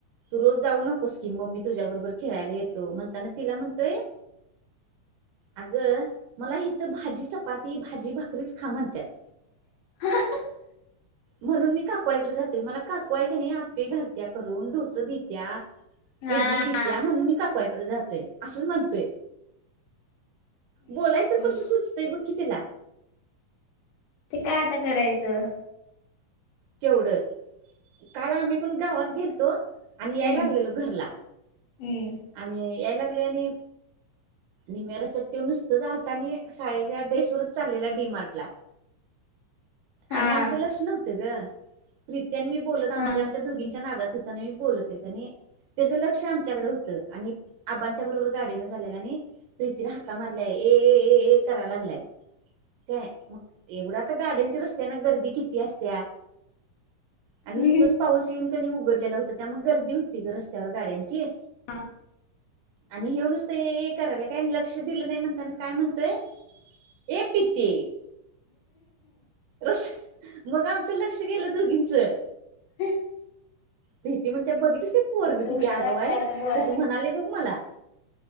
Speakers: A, on the right; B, on the left.
A: तू रोज जाऊ नकोस की म मी तुझ्या बरोबर खेळायला येतो म्हणताना तिला म्हणतोय अगं मला हिथं भाजी चपाती भाजी भाकरीच खा म्हणत्यात
B: <unintelligible>
A: म्हणून मी काकूआईकड जातोय मला काकूआई कनाय आप्पे घालत्या करून डोस दित्या
B: हा
A: इडली दित्या म्हणून मी काकू आईकड जातय असंच म्हणतोय.
B: हम्म.
A: बोलाय तर कसं सुचतंय बघ की त्याला
B: ते काय आता करायचं
A: केवढ काल आम्ही पण गावात गेलतो आणि याय
B: हम्म
A: लागलेलो घरला
B: हम्म
A: आणि याय लागलोय आणि निम्या रस्त्यात ते नुसतच आलता आणि शाळेच्या ड्रेस वरच चाललेला डी- मार्टला
B: हा
A: आणि आमच लक्ष नव्हत ग प्रिती आणि मी बोलत आमच्या
B: हा
A: आम आमच्या दोघीच्यात नादात होतो आणि बोल तील त्यांनी त्याच लक्ष आमच्याकड होत आणि आबांच्या बरोबर गाडीवरण चाललेला आणि प्रीती न हाक हाका मारलाय ए ए ए ए कराय लागलाय. काय मग एवढं आता गाड्यांची रस्त्याना गर्दी किती असत्या आणि
B: लय
A: नुसतच पाऊस येऊन क नी उघडलेला होता त्यामुळ गर्दी होती ग रस्त्यावर गाड्यांची
B: हा
A: आणि ह्यो नुसत ए ए करालाय काय लक्ष दिल नाय म्हणताना काय म्हणतोय ए पीते रस मग आमचं लक्ष गेलं दोघींच
B: <inaudible>
A: प्रीती म्हणते बघितलस की पोरग
B: हुशार
A: किती आगाऊ
B: झालाय
A: आय.
B: आता बोलायला
A: म्हणाली बग मला